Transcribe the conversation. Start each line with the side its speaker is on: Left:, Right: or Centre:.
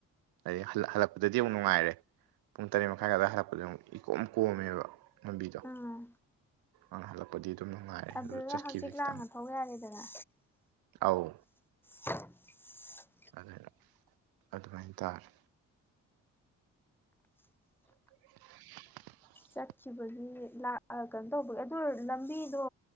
Right: ꯑꯗꯩ ꯍꯜꯂꯛꯄꯗꯗꯤ ꯑꯃꯨꯛ ꯅꯨꯡꯉꯥꯏꯔꯦ ꯄꯨꯡ ꯇꯔꯦꯠ ꯃꯈꯥꯏ ꯑꯗꯥꯏꯒꯤ ꯍꯜꯂꯛꯄꯗꯗꯤ ꯑꯃꯨꯛ ꯏꯀꯣꯝ ꯀꯣꯝꯃꯦꯕ ꯂꯝꯕꯤꯗꯣ
Centre: ꯑꯥ
Right: ꯑꯪ ꯍꯜꯂꯛꯄꯗꯤ ꯑꯗꯨꯝ ꯅꯨꯡꯉꯥꯏꯔꯦ
Centre: ꯑꯗꯨꯗ
Right: ꯑꯗꯨ ꯆꯠꯈꯤꯕꯗꯤ
Centre: ꯍꯪꯆꯤꯠ
Right: ꯈꯤꯇꯪ
Centre: ꯂꯥꯡꯅ ꯊꯧ ꯌꯥꯔꯦꯗꯅ
Right: ꯑꯧ
Centre: <inaudible>
Right: ꯑꯗꯩꯗ ꯑꯗꯨꯃꯥꯏꯅ ꯇꯥꯔꯦ <inaudible>
Centre: ꯆꯠꯈꯤꯕꯒꯤ ꯂ ꯑ ꯀꯩꯅꯣꯇꯧꯕꯒꯤ ꯑꯗꯨ ꯂꯝꯕꯤꯗꯣ